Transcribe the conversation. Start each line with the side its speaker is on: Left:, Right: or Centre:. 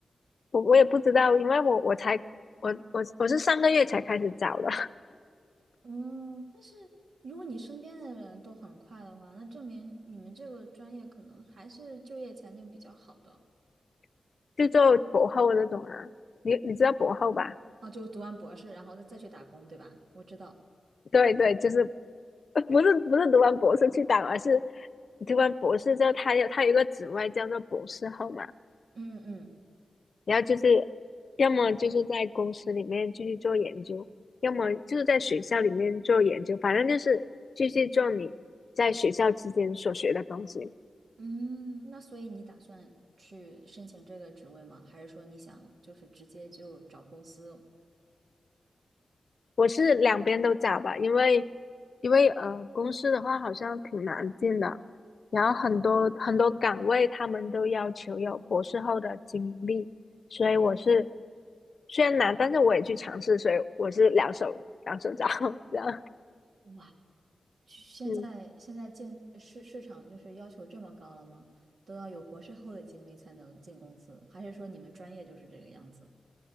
Left: 我我也不知道，因为我我才我我我是上个月才开始找的，
Right: 嗯，如果你身边的人都很快的话，那证明你们这个专业可能还是就业前景比较好的。
Left: <laughs> 就做博后那种啊。你你知道博后吧？
Right: 哦，就读完博士，然后再再去打工，对吧？我知道。
Left: 对对，就是 <laughs> 不是不是读完博士去打，而是你读完博士之后，他有他有一个职位叫做博士后嘛，
Right: 嗯嗯
Left: 然后就是要么就是在公司里面继续做研究，要么就是在学校里面做研究，反正就是继续做你在学校期间所学的东西。
Right: 嗯，那所以你打算去申请这个职位吗？还是说你想就是直接就找公司？
Left: 我是两边都找吧，因为因为呃，公司的话好像挺难进的，然后很多很多岗位他们都要求有博士后的经历，所以我是虽然难，但是我也去尝试，所以我是两手两手找 <laughs>，这样
Right: 哇。现在现在竞市市场就是要求这么高了吗？
Left: 嗯，
Right: 都要有博士后的经历才能进公司，还是说你们专业就是这个样子？